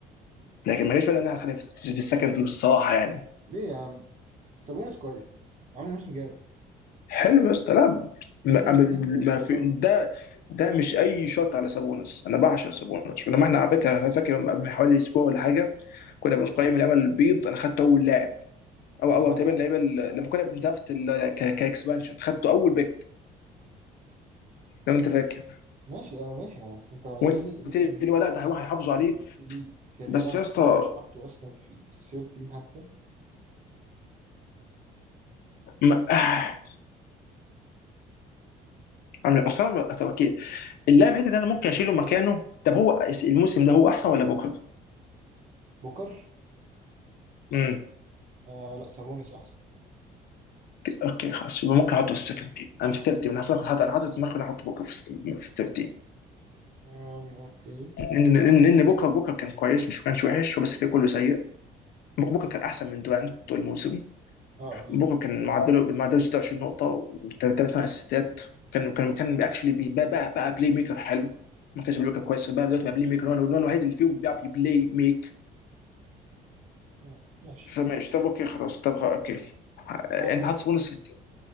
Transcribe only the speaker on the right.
ليه يا عم سابونس كويس عامل موسم جامد
ليدنج
ليج في
الريباوندز
آه
ماشي اه ماشي بس انت
ليدنج ليدنج
ليج
ليدنج ليج في الريباوندز
وانت مش حاطه اصلا في سير تيم حتى
بوكر
آه لا سابونس احسن
آم اوكي
اه اكيد
اه
مم، ماشي
هاخد